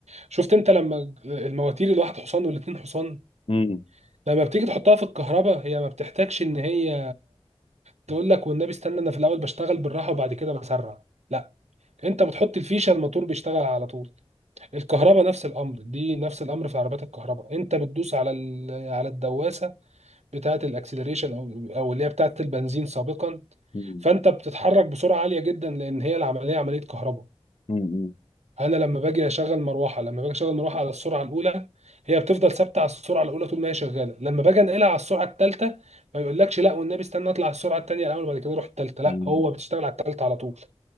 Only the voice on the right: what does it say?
شفت انت لما المواتير الواحد حصان والاتنين حصان
لما بتيجي تحطها في الكهرباء هي ما بتحتاجش ان هي تقول لك والنبي استنى انا في الاول بشتغل بالراحه وبعد كده بسرع لا انت بتحط الفيشه الموتور بيشتغل على طول الكهرباء نفس الامر دي نفس الامر في عربيات الكهرباء انت بتدوس على ال- على الدواسه بتاعه الاكسلريشن او او اللي هي بتاعه البنزين سابقا
فانت بتتحرك بسرعه عاليه جدا لان هي العمليه عمليه كهرباء
انا لما باجي اشغل مروحه لما باجي اشغل مروحه على السرعه الاولى هي بتفضل ثابته على السرعه الاولى طول ما هي شغاله لما باجي انقلها على السرعه الثالثه ما يقولكش لا والنبي استنى اطلع على السرعه الثانيه الاول وبعد كده اروح الثالثه لا
هو بتشتغل على الثالثه على طول